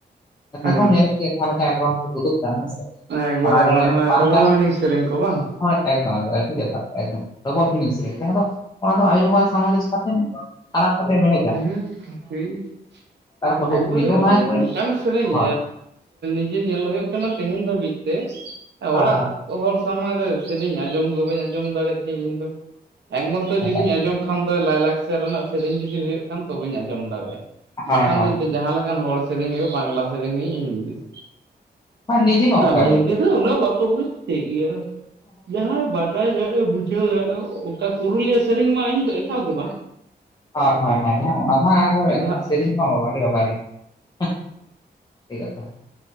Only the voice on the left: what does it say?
ᱠᱟᱴᱟ
ᱠᱚᱢ ᱧᱮᱞᱮᱫ ᱜᱮᱭᱟ ᱡᱟᱦᱟᱸ ᱞᱮᱠᱟ ᱮᱞᱵᱚᱢ ᱩᱫᱩᱜ ᱠᱟᱱᱟ ᱦᱮᱸᱥᱮ
ᱚᱱᱟᱨᱮ
ᱵᱟᱝ
ᱜᱟᱱᱚᱜ
ᱦᱳᱭ ᱮᱠᱫᱚᱢ ᱮᱠᱫᱚᱢ ᱮᱠᱫᱚᱢ ᱟᱹᱰᱤ ᱡᱚᱛᱷᱟᱛ ᱮᱠᱫᱚᱢ ᱴᱚᱵᱚᱞ ᱢᱤᱱᱤᱝ ᱥᱮᱨᱮᱧ ᱚᱱᱟ ᱫᱚ ᱟᱭᱳᱼᱵᱟᱵᱟ ᱥᱟᱢᱟᱝ ᱨᱮ ᱪᱮᱠᱟ ᱛᱮᱢ ᱟᱲᱟᱜ ᱠᱟᱛᱮᱢ ᱮᱱᱮᱡ
ᱵᱟᱹᱦᱩ
ᱠᱩᱲᱤ ᱦᱚᱸ
ᱚᱱᱟ ᱜᱮᱠᱚ ᱮᱱᱮᱡ
ᱦᱳᱭ
ᱦᱳᱭ
ᱦᱳᱭ
ᱮᱠᱟᱞ
ᱦᱳᱭ
ᱦᱳᱭ
ᱵᱟᱝ ᱱᱤᱡᱮ ᱦᱚᱸ ᱚᱱᱠᱟ
ᱜᱚᱝᱠᱮ
ᱦᱳᱭ ᱦᱳᱭ ᱦᱳᱭ ᱦᱮᱸ ᱚᱱᱟ ᱢᱟ ᱮᱠᱵᱟᱨᱮ
ᱥᱮᱨᱮᱧ ᱢᱟ ᱵᱟᱵᱟᱨᱮ ᱵᱟᱵᱟᱨᱮ <unintelligible>